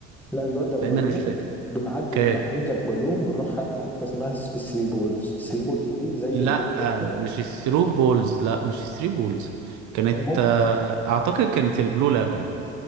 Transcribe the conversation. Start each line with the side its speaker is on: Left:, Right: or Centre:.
Centre: لا بيودي ابو
Right: لان
Centre: جالوم
Right: انا مش فاكر
Centre: بنعدي
Right: اوكي
Centre: من محمود ابو جالوم بنروح حت... حته اسمها س- ثري بولز ثري بولز دي زي
Right: لا
Centre: البلو بول
Right: آه،
Centre: كده
Right: مش الثرو بولز لا مش الثري بولز كانت
Centre: المهم
Right: آه، اعتقد كانت البلو لاجون